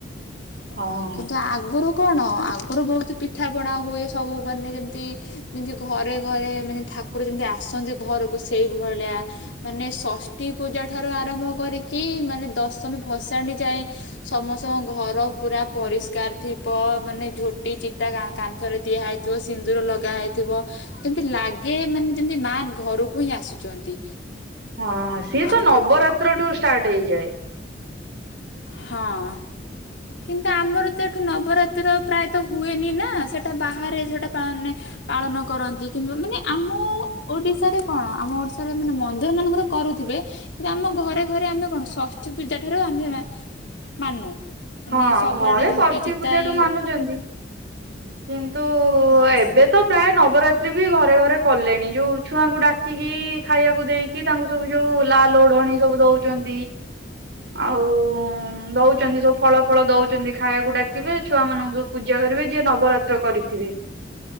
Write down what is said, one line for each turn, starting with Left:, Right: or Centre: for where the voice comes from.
Right: ହଁ।
Left: ହଉ କିନ୍ତୁ ଆଗରୁ କଣ? ଆଗରୁ ବହୁତ ପିଠା ପଣା ହୁଏ ସବୁ ମାନେ ଯେମିତି- ଯେମତି ଘରେ-ଘରେ ମାନେ ଠାକୁର ଯେମତି ଆସନ୍ତି ଘରକୁ ସେଇଭଳିଆ ମାନେ ଷଷ୍ଠୀ ପୂଜା ଠାରୁ ଆରମ୍ଭ କରିକି ମାନେ ଦଶମୀ ଭସାଣି ଯାଏ ସମସ୍ତଙ୍କ ଘର ପୁରା ପରିଷ୍କାର ଥିବ ମାନେ ଝୋଟି ଚିତା କାନ୍ଥରେ ଦିଆ ହେଇଥିବ ସିନ୍ଦୁର ଲଗା ହେଇଥିବ, ଯେମତି ଲାଗେ ମାନେ ଯେମିତି ମା ଘରକୁ ହିଁ ଆସୁଛନ୍ତି।
Right: ହଁ, ସିଏ
Left: ଆଉ
Right: ତ ନବରାତ୍ର ଠୁ ଷ୍ଟାର୍ଟ ହେଇଯାଏ।
Left: ହଁ। କିନ୍ତୁ ଆମର ତ ଏଠୁ ନବରାତ୍ର ପ୍ରାୟତଃ ହୁଏନି ନା ସେଟା ବାହାରେ ସେଟା ବାହାରେ ପା ପାଳନ କରନ୍ତି କିମ୍ବା ମାନେ ଆମ ଓଡିଶାରେ କଣ ଆମ ଓଡିଶାରେ ମାନେ ମନ୍ଦିର ମାନଙ୍କର କରୁ ଥିବେ ।କିନ୍ତୁ ଆମ ଘରେ ଘରେ ଆମେ କଣ ଷଷ୍ଠୀ ପୂଜା ଠାରୁ ଆମେ ମାନୁ। ମାନେ
Right: ହଁ,
Left: ସବୁଆଡେ
Right: ଘରେ
Left: ଝୋଟି
Right: ଷଷ୍ଠୀ
Left: ଚିତା
Right: ପୂଜାଠୁ
Left: ଇଏ
Right: ମାନୁଛନ୍ତି। କିନ୍ତୁ
Left: ହଁ
Right: ଏବେ ତ ପ୍ରାୟ ନବରାତ୍ରି ବି ଘରେ ଘରେ କଲେଣି ଯୋଉ ଛୁଆଙ୍କୁ ଡାକିକି ଖାଇବାକୁ ଦେଇକି ତାଙ୍କୁ ସବୁ ଯୋଉ ଲା ଲଢଣୀ ସବୁ ଆଉ ଦଉଛନ୍ତିୁ, ଆଉ ନଉଛନ୍ତି ଫଳ ଫଳ ଦଉଛନ୍ତି ଖାଇବାକୁ ଡାକିବେ ଛୁଆ ମାନଙ୍କୁ ସ ପୂଜା କରିବେ ଯିଏ ନ ନବରାତ୍ର କରିଥିବେ।